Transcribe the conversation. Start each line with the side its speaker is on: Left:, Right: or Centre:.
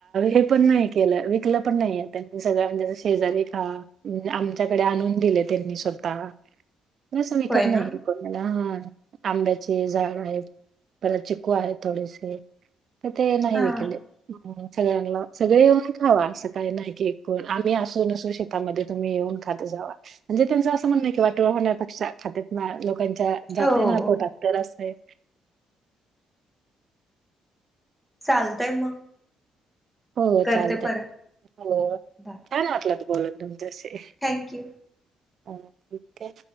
Right: हे पण नाइ केलं विकलं पण नाईय, त्यांनी सगळं म्हणजे शेजारी खा आमच्याकडे आणून दिले त्यांनी स्वतः तसं विकत
Centre: होय
Right: नाई
Centre: ना
Right: कोणाला आंब्याचे झाड आहेत, परत चिकू आहेत थोडेसे. म ते नाय
Centre: हा
Right: विकले. सगळ्यांना सगळे येऊन खावा सकाळी नाही की कोण आम्ही असू नसू शक तुम्ही येऊन खात जावा म्हणजे त्यांचं असं म्हणय की वाटुळ होण्यापेक्षा खातेत ना लोका च्या जातय
Centre: हो
Right: ना पोटात तर असय
Centre: चालतय मग
Right: हो
Centre: करते
Right: चालतय,
Centre: परत
Right: हो
Centre: बाय
Right: छान वाटलं तु बोलत तुमच्या शी.
Centre: थँक्यू
Right: हो ठीकय